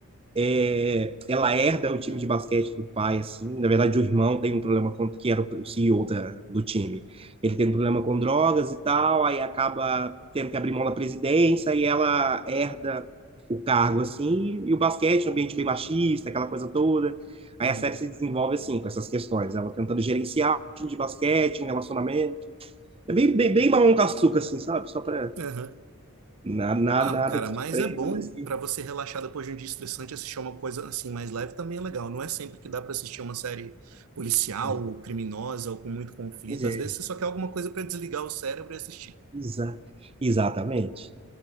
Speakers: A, on the right (about 25°); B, on the right (about 75°).
A: É, ela herda o time de basquete do pai, assim. Na verdade, o irmão tem um problema com que era o CEO da, do time. Ele tem um problema com drogas e tal, aí acaba tendo que abrir mão da presidência e ela herda o cargo, assim. E o basquete, um ambiente bem machista, aquela coisa toda. Aí
B: Uhum.
A: a série se desenvolve assim, com essas questões. Ela tentando gerenciar um time de basquete, um relacionamento. É bem, bem, bem mamão com açúcar, assim, sabe? Só pra.
B: Aham.
A: Na, na,
B: Ah,
A: nada
B: cara,
A: que
B: mas
A: te prenda,
B: é bom
A: mas.
B: pra você relaxar depois de um dia estressante, assistir uma coisa assim mais leve também é legal. Não é sempre que dá pra assistir uma série policial
A: Pois
B: ou criminosa ou com muito conflito.
A: é.
B: Às vezes você só quer alguma coisa pra desligar o cérebro e assistir.
A: Exa- Exatamente.